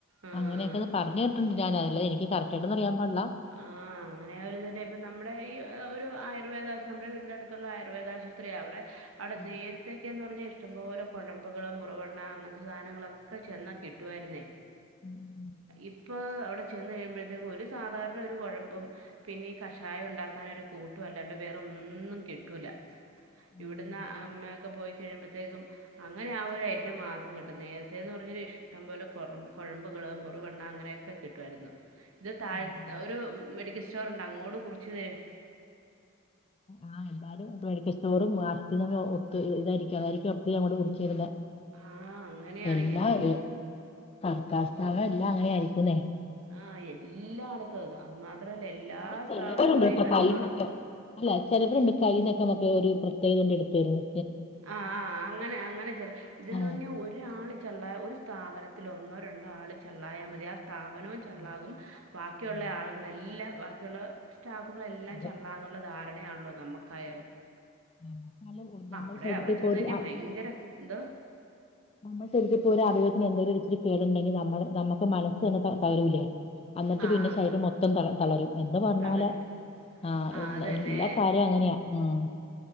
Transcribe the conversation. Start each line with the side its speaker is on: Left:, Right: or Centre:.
Right: ആഹ്
Left: അങ്ങനെയൊക്കെ
Right: ആഹ് ആഹ്
Left: ഒന്ന് പറഞ്ഞു കേട്ടുണ്ട് ഞാന അല്ല എനിക്ക് കറക്റ്റായിട്ട് ഒന്നും അറിയാൻ പാടില്ല.
Right: ആഹ്... അങ്ങനെ അവർ തന്നെ ഇപ്പ നമ്മുടെ ഈ ഒരു ആയുർവേദ- നമ്മുടെ വീടിന്റെ അടുത്തുള്ള- ആയുർവേദ ആശുപത്രി അവിടെ, അട
Left: ആഹ്
Right: നേരി- ഇത്തേക്കന്ന് പറഞ്ഞാൽ, ഇഷ്ടംപോലെ കുഴമ്പൾ മുറുവെണ്ണ- അങ്ങനത്തെ സാധനങ്ങളൊക്കെ ചെന്നാൽ കിട്ടുവായിരുന്നേ.
Left: ഉം ഉം
Right: ഇപ്പോ അവിടെ ചെന്ന് കഴിയുമ്പോഴത്തേക്കും, ഒരു സാധാരണ ഒരു കുഴമ്പും, പിന്നെ കഷായം ഉണ്ടാക്കാനൊരു- കൂട്ടും അല്ലാണ്ട് വേറൊന്നും കിട്ടൂല.
Left: ഉം
Right: ഇവിടന്ന്
Left: ഉം
Right: അമ്മയൊക്കെ പോയി കഴിയുമ്പോഴത്തേക്കും- അങ്ങനെ ആ ഒരു ഐറ്റം മാത്രം കിട്ടും, നേരത്തെന്ന് പറഞ്ഞ ഇഷ്ടം പോലെ കുഴമ്പുകൾ മു- റി വെണ്ണ അങ്ങനെയൊക്കെ കിട്ടുമായിരുന്നു, ഇത്
Left: ഉം
Right: താഴ്-
Left: ഉം, ഉം.
Right: ഒരു മെഡിക്കൽ സ്റ്റോർണ്ട് അങ്ങോട്ട് കുറീച് തെരും.
Left: ആഹാ എല്ലാരും മെഡിക്കൽ സ്റ്റോറു വാ - ത്തിനു ഒത്ത് ഇതായിരിക്കും, അതായിരിക്കും എപ്പ ഞങ്ങൂടെ- കുറിച്ചിരുന്നത്.
Right: ആ അങ്ങനെയാണ്
Left: എല്ലാ
Right: എൽ
Left: ഏ തർക്കാ സ്താവണം- എല്ലാം അങ്ങനെയ ആയിരിക്കുന്നേ.
Right: ആഹാ എല്ലാ അടത്തത് അത്- മാത്രല്ല എല്ലാ സ്ഥാപനങ്ങളും
Left: ചിലവരുണ്ട് കേട്ടോ
Right: ഈ കച്ചവടം,
Left: കൈന്നൊക്കെ അല്ല ചിലവരുണ്ട് കൈയിന്നൊക്കെ- നമക്കക്ക് ഒരു പ്രത്യേകത കൊണ്ട് എടുത്തുവരുന്നു.
Right: ആഹ ആഹ ആഹ അങ്ങനെ അങ്ങനെ <unintelligible> ഇതന്ന്,
Left: ആ
Right: പറഞ്ഞാ ഒരാള് ചള്ളായാൽ ഒരു സ്ത്രീ- സ്ഥാപനത്തിൽ ഒന്നോ, രണ്ടോ ആൾ ചള്ളായാൽ മതി. ആ സ്ഥാപനവും ചൊള്ളാകും,
Left: ആ,
Right: ബാക്കിയുള്ള
Left: ഉം.
Right: ആളുകൾ- എല്ലാം ബാക്കിയുള്ള- സ്റ്റാഫുകളെല്ലാം
Left: അത്
Right: ചള്ളാണ് എന്നുള്ള ധാരണയാണല്ലോ? നമുക്കായാലും.
Left: <unintelligible>
Right: അവിടെ, അവിടെ ചെന്ന്
Left: ഒരു
Right: കഴിഞ്ഞാൽ ഭയങ്കര എന്തോ-
Left: നമ്മൾ ശരിക്കും ഇപ്പോൾ ഒരു <unintelligible> എന്തെങ്കിലും- ഇച്ചിരി കേടു ഉണ്ടെങ്കിൽ നമ്മൾ നമുക്ക് മനസ് തന്ന തളരൂലേ? എന്നിട്ട്
Right: ആഹ്
Left: പിന്നെ ശരീരം മൊത്തം- തളരും എന്ന് പറഞ്ഞ
Right: തളര്
Left: പോലെ. ആഹാ
Right: ആഹ്
Left: എന്ന
Right: അത് തന്നെ
Left: എല്ലാ കാര്യവും അങ്ങനെയാ. മം...